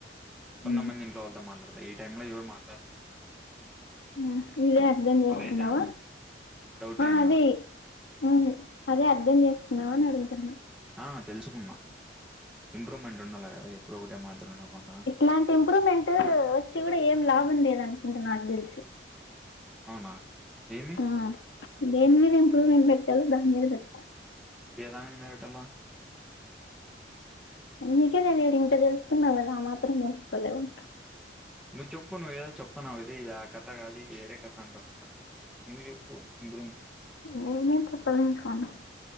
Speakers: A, in the centre; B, on the left.
A: కొంతమంది
B: ఉమ్
A: ఇంట్లో వాళ్ళతో మాట్లాడతయి ఈ టైంలో ఎవరు మాట్లాడ్
B: ఆ ఇదే అర్థం చేసుకున్నావా
A: పదైతుంది డౌటే
B: ఆ
A: అన్నా
B: అదీ ఊలే ఆ అదే అర్ధం చేసుకున్నావ అని అడుగుతున్నా
A: ఆ తెలుసుకున్నా ఇంప్రూవ్మెంట్ ఉండాలి కదా ఎప్పుడు ఒకటే మాదిరి ఉండకుండా
B: లాంటి ఇంప్రూవమెంట్ టు వచ్చి కూడా ఏం లాభం లేదనుకుంట నాకు తెలిసి
A: అవునా ఏమి
B: ఊ దేని మీద ఇంప్రూవ్మెంట్ పెట్టాలో దాని మీద పెట్టుకో
A: ఏ దాని మీద పెట్టాలా
B: నీకే తెలియాలి ఇంత తెలుసుకున్నావ్ కదా ఆ మాత్రం తెలుసుకోలేవా ఇంకా
A: నువ్వు చెప్పు నువ్ ఏదో చెప్తున్నావు కద ఇది ఆ కథ కాదు ఇది ఏరే కథ అంటన్నావు కదా నువ్ చెప్పు ఇంప్రూ
B: నేనేం చెప్పలేను స్వామి